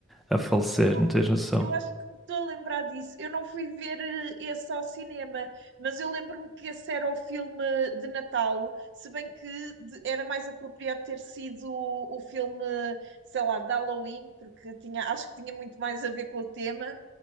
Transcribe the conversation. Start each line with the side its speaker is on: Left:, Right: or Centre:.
Centre: a falecer,
Right: Eu,
Centre: não tens noção.
Right: eu acho que me estou a lembrar disso. Eu não fui ver eh, esse ao cinema, mas eu lembro-me que esse era o filme de Natal, se bem que de- era mais apropriado ter sido o, o filme, sei lá, de Halloween, porque tinha, acho que tinha muito mais a ver com o tema.